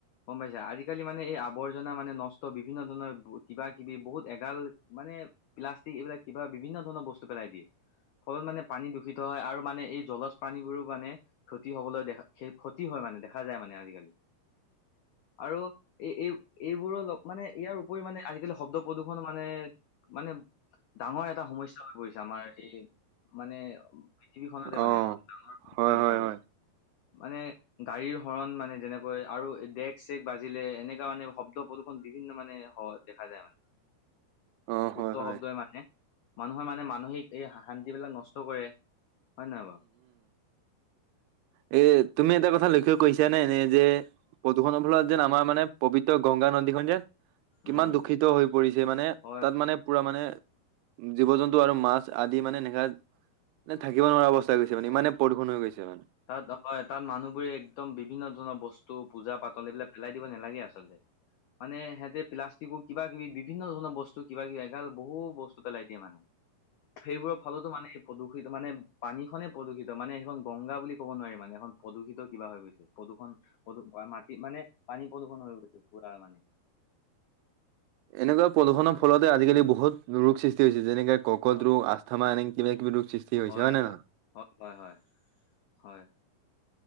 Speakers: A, on the left; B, on the right.
A: গম পাইছা, আজিকালি মানে এই আৱৰ্জনা মানে নষ্ট বিভিন্ন ধৰণৰ কিবা-কিবি বহুত এগাল মানে প্লাষ্টিক এইবিলাক কিবা বিভিন্ন ধৰণৰ বস্তু পেলাই দিয়ে, ফলত মানে পানী দূষিত হয় আৰু মানে এই জলজ প্ৰাানীবোৰো মানে ক্ষতি হবলৈ দেখা ক্ষতি হয় মানে, দেখা যায় মানে আজিকালি। আৰু এই-এই-এইবোৰৰ লগ মানে ইয়াৰ উপৰি মানে আজিকালি শব্দ প্ৰদূৰ্ষন মানে মানে ডাঙৰ এটা সমস্যা হৈ পৰিছে আমাৰ এই মানে পৃথিৱীখনতে
B: অ',
A: মানে এটা ডাঙৰ সমস্যা
B: হয়,
A: দেখা
B: হয়,
A: গৈছে।
B: হয়,
A: মানে গাড়ীৰ হৰণ মানে যেনেকৈ আৰু ডেক-চেক বাজিলে এনেকা মানে শব্দ প্ৰদূষণ বিভিন্ন মানে হয়‌ দেখা যায় মানে
B: অ', হয়,
A: উচ্চ
B: হয়,
A: শব্দই মানে - মানুহৰ মানে মানসিক এই শান্তিবিলাক নষ্ট কৰে হয় নে নহয় বাৰু?
B: এ তুমি এটা কথা লক্ষ্য কৰিছা নে এনে যে প্ৰদূষণৰ ফলত যেন আমাৰ মানে পবিত্ৰ গংগা নদীখনন যে- কিমান
A: উম
B: দূষিত হৈ পৰিছে -মানে,
A: হয়
B: তাত মানে, পুৰা মানে- জীৱ জন্তু আৰু মাছ আদি মানে এনেকা থাকিব নোৱাৰা অৱস্থা। তাৰপিছত মানে
A: হয়
B: ইমানে প্ৰদূৰ্ষণ হৈ গৈছে, মানে
A: তাত হয় তাত মানুহবোৰে একদম বিভিন্ন ধৰণৰ বস্তু বস্তু পূজা পাতল এইবিলাক পেলাই দিব নালাগে আচলতে মানে সিহঁতে প্লাষ্টিকো কিবা- কিবি বিভিন্ন ধৰণৰ বস্তু কিবা- কিবি এগাল বহু বস্তু পেলাই দিয়ে মানে সেইবোৰৰ ফলতো মানে প্ৰদূষিত মানে পানী প্ৰদূষিত মানে সেইখন গংগা বুলি ক'ব নোৱাৰি মানে এখন প্ৰদূষিত কিবা হৈ গৈছে প্ৰদূষণ প্ৰদূষ মাটি মানে পানী প্ৰদূষণ হৈ গৈছে পুৰা মানে।
B: এনেকুৱা প্ৰদূষণৰ ফলতে আজিকালি বহুত ৰোগ সৃষ্টি হৈছে যেনেকে কৰ্কট
A: হয়
B: ৰোগ আস্থামা এনে কিবা কিবি ৰোগ, সৃষ্টি হৈছে
A: হয়
B: নে
A: হয়
B: নহয়
A: হয় হয় হয়।